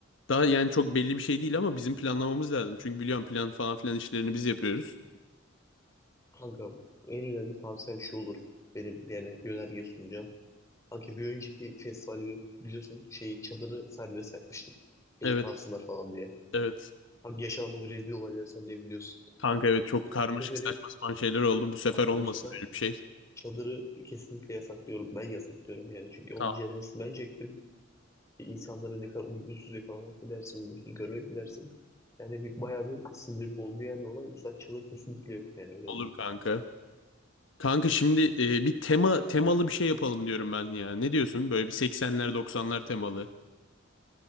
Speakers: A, on the left; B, on the left.
A: Daha yani çok belli bir şey değil ama bizim planlamamız lazım. Çünkü biliyorum plan falan filan işlerini biz yapıyoruz.
B: Kanka en önemli tavsiyem şu olur. Benim yani yönerge sunacağım. Kanka bir önceki festivali bili- biliyorsun şeyi çadırı serbest yapmıştık. Gece
A: Evet,
B: kalsınlar falan diye.
A: evet.
B: Kanka yaşanan bir rezil olayları sen de biliyorsun.
A: Kanka evet çok
B: Kanka
A: karmaşık
B: bu seferi
A: saçma sapan şeyler oldu. Bu sefer
B: kanka
A: olmasın
B: bu sefer
A: öyle bir şey.
B: çadırı kesinlikle yasaklıyorum. Ben yasaklıyorum yani. Çünkü onun
A: Tamam
B: ceremesini ben çektim. insanları ne kadar uygunsuz yakalamak mı dersin, uygunsuz görmek mi dersin? Yani bir, bayağı bir sinirim bozdu yani olay. Mesela çalı kesinlikle yok yani öyle diyeyim.
A: olur kanka. Kanka şimdi e, bir tema temalı bir şey yapalım diyorum ben ya. Ne diyorsun? Böyle bir 80'ler 90'lar temalı.